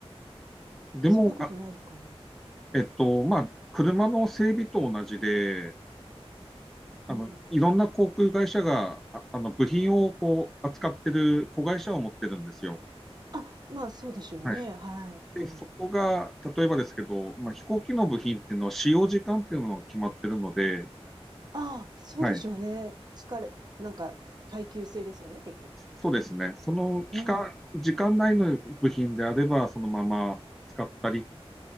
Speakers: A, in the centre; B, on the right.
A: でも、
B: そんなことないのかな
A: あ、えっと、まあ、車の整備と同じで、あの、
B: うん。
A: いろんな航空会社が、あ、あの、部品をこう、扱ってる子会社を持ってるんですよ。
B: あ、まあそうでしょうね。
A: はい。
B: はい、
A: で、
B: はい。
A: そこが、例えばですけど、まあ、飛行機の部品っていうのは使用時間っていうのが決まってるので、
B: ああ、そうでしょうね。
A: はい。
B: 疲れ、なんか耐久性ですよね、結局。
A: そうですね。その期間、
B: うん。
A: 時間内の部品であれば、そのまま使ったり、